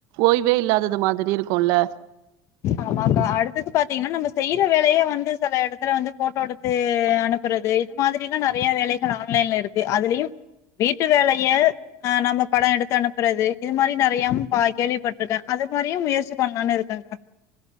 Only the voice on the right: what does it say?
ஓய்வேல்லாதது மாதிரி இருக்கும்ல